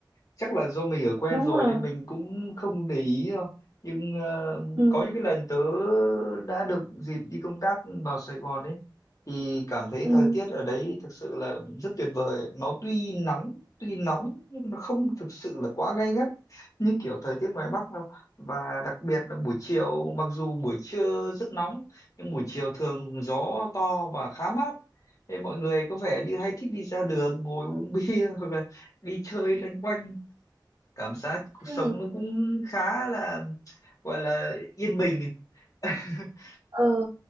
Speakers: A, on the left (about 45°); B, on the right (about 70°).
A: chắc là do mình ở quen
B: đúng
A: rồi
B: rồi
A: nên mình cũng không để ý đâu nhưng ờ,
B: ừ.
A: có những cái lần tớ đã được dịp đi công tác vào Sài Gòn ấy thì cảm thấy
B: Ừ.
A: thời tiết ở đấy thực sự là rất tuyệt vời nó tuy nắng tuy nóng nhưng nó không thực sự là quá gay gắt như kiểu thời tiết ngoài Bắc đâu và đặc biệt là buổi chiều mặc dù buổi trưa rất nóng nhưng buổi chiều thường gió to và khá mát Nên mọi người có vẻ như hay thích đi ra đường ngồi uống <laughs> bia hoặc là đi chơi loanh quanh cảm giác cuộc
B: Ừ.
A: sống nó cũng khá là gọi là yên bình <laughs>
B: ừ